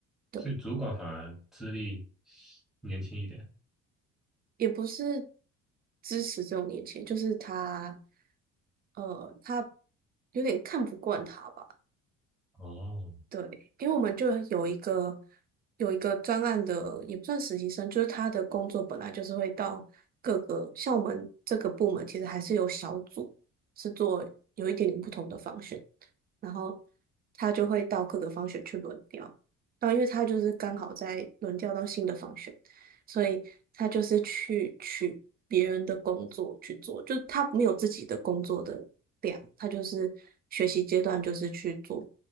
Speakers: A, on the right; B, in the centre.
A: 对，
B: 所以主管反而资历年轻一点。
A: 也不是支持这种年轻人，就是他，呃，他有点看不惯他吧，
B: 哦
A: 对，因为我们就有一个有一个专案的，也不算实习生，就是他的工作本来就是会到各个，像我们这个部门其实还是有小组，是做有一点点不同的方式。然后他就会到各个方选去轮调。然后因为他就是刚好在轮调到新的方选，所以他就是去取别人的工作去做，就他没有自己的工作的量，他就是学习阶段就是去做